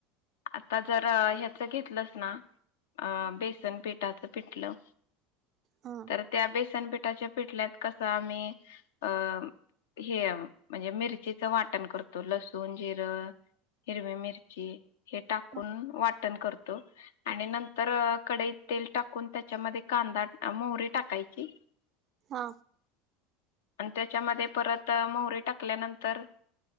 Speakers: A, on the left (about 75°); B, on the right (about 45°).
A: आता जर ह्याच घेतलंस ना बेसन पिठाचं पिठलं.
B: हं,
A: तर त्या बेसन पिठ टच्या पिटल्यात कसं आम्ही अ हे म्हणजे मिरचीच वाटण करतो, लसूण, जिरं, हिरवी मिरची. हे टाकून
B: हं,
A: वाटण करत. आणि नंतर कडईत तेल टाकून त्याच्यामध्ये कांदा मोहरी टाकायची.
B: हा
A: आणि त्याच्यामध्ये परत मोहरी टाकल्यानंतर,